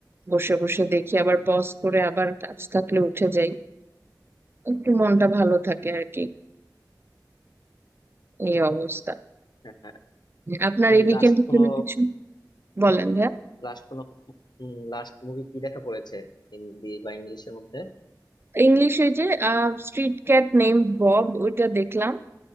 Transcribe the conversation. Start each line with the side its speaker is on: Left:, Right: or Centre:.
Right: বসে বসে দেখি আবার পজ করে আবার কাজ থাকলে উঠে যাই একটু মনটা ভালো থাকে আর কি এই অবস্থা
Left: আহ,
Right: আপনার
Left: এই
Right: এই উইকেন্ডের
Left: লাস্ট কোনো
Right: জন্য কিছু বলেন ভাইয়া
Left: লাস্ট কোনো লাস্ট মুভি কি দেখা পড়েছে হিন্দি বা ইংলিশের মধ্যে
Right: ইংলিশে যে স্ট্রিট ক্যাট নেম বব ওইটা দেখলাম